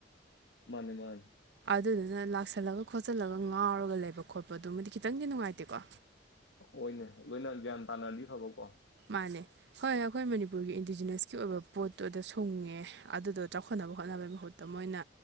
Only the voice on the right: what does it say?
ꯑꯗꯨꯗꯨꯅ ꯂꯥꯛꯁꯜꯂꯒ ꯈꯣꯠꯆꯜꯂꯒ ꯉꯥꯎꯔꯒ ꯂꯩꯕ ꯈꯣꯠꯄ ꯄꯗꯨꯗꯤ ꯈꯤꯇꯪꯗꯤ ꯅꯨꯡꯉꯥꯏꯇꯦꯀꯣ꯫
ꯃꯥꯅꯦ꯫ ꯍꯣꯏ, ꯑꯩꯈꯣꯏ ꯃꯅꯤꯄꯨꯔꯒꯤ ꯏꯗꯤꯖꯤꯅꯁ ꯀꯤ ꯑꯣꯏꯕ ꯄꯣꯠꯇꯨꯗ ꯁꯨꯡꯉꯦ ꯑꯗꯨꯗꯣ ꯆꯥꯎꯈꯠꯅꯕ ꯍꯣꯠꯅꯕꯩ ꯃꯍꯨꯠꯇ ꯃꯣꯏꯅ